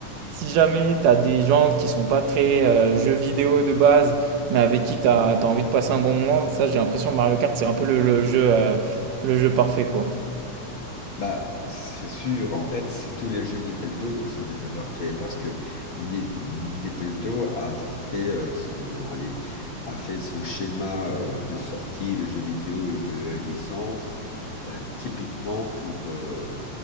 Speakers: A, on the right; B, on the left.
A: si jamais tu as des gens qui sont pas très, heu, jeux vidéo de base, mais avec qui tu as envie de passer un bon moment, ça, j'ai l'impression que Mario Kart, c'est un peu le le jeu, heu, le jeu parfait, quoi.
B: Bah, c'est sûr, en fait, c'est tous les jeux Nintendo qui sont des jeux parfaits parce que Ni- Nintendo a fait euh, son, allez, a fait son schéma euh, de sortie de jeux vidéo et de licences Euh, typiquement pour euh,